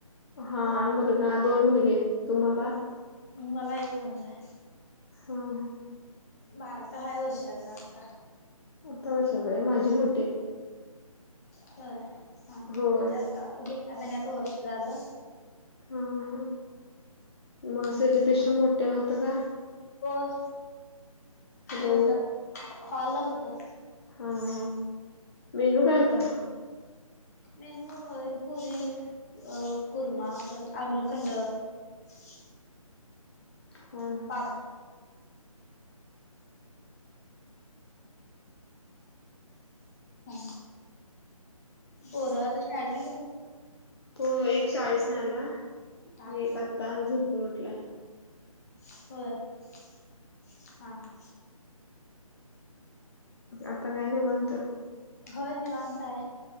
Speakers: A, on the left; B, on the left.
A: हा मुलगा दोन मुलगे आहेत. तुम्हाला?
B: मला एक मुलगा आहे.
A: हां
B: बारका हाय वर्षाचा आत्ता.
A: तो वर्षाचा, माझी मोठी आहे.
B: होय हा हा
A: होय
B: म्हणजे आता गेल्या महिन्यात वर्ष झाल.
A: हा हा मग
B: हम्म.
A: सेलिब्रेशन मोठ नव्हत का?
B: होय
A: हॅलो
B: मोठ हॉल ला होत.
A: हा हा मेनू काय होता?
B: मेनु पुरी अ कुरमा परत आम्रखंड. <inaudible>
A: हा हा
B: पाप ह पोर आता शाळेला गेला?
A: होय एक शाळेतन आला आणि
B: हा हा
A: एक आत्ता झोपून उठलाय.
B: होय हां हां
A: आता काय निवांत.
B: होय निवांत आहे.